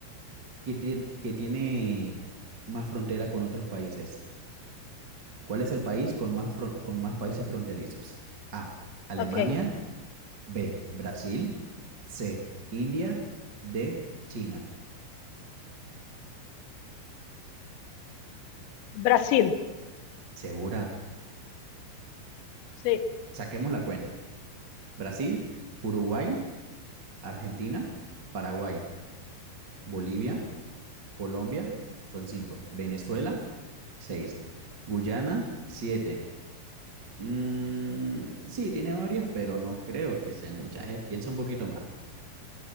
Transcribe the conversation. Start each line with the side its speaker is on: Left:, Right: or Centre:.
Right: que, tie- que tiene más frontera con otros países? ¿Cuál es el país con más, fron- con más países fronterizos? A. Alemania.
Left: ok.
Right: B. Brasil. C. India. D. China.
Left: Brasil,
Right: Segura.
Left: sí.
Right: Saquemos la cuenta. Brasil, Uruguay, Argentina, Paraguay, Bolivia, Colombia, son cinco. Venezuela, seis. Guyana, siete. Mm, sí, tiene varias, pero no creo que sean muchas. eh. Piensa un poquito más.